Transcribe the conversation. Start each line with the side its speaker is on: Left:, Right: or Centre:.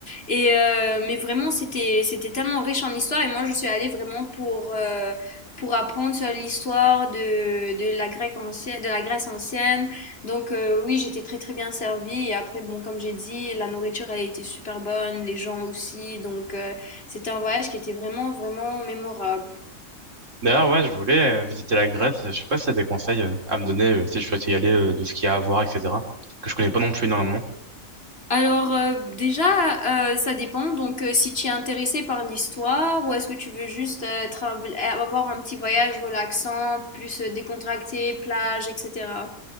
Left: et, euh, mais vraiment c'était, c'était tellement riche en histoire, et moi je suis allée vraiment pour... euh, pour apprendre sur l'histoire de, de la Grèce ancienne, de la Grèce ancienne, donc euh, oui, j'étais très très bien servie. Et après, bon, comme j'ai dit, la nourriture, elle a été super bonne, les gens aussi. Donc euh, c'était un voyage qui était vraiment vraiment mémorable.
Right: D'ailleurs, ouais, je voulais euh, visiter la Grèce. Je sais pas si t'as des conseils euh, à me donner euh, si je souhaite y aller, euh, de ce qu'il y a à voir, etc. Que je connais pas non plus énormément.
Left: Alors euh, déjà, euh, ça dépend. Donc euh, si tu es intéressé par l'histoire ou est-ce que tu veux juste euh, travel- avoir un petit voyage relaxant, plus euh, décontracté, plage, etc.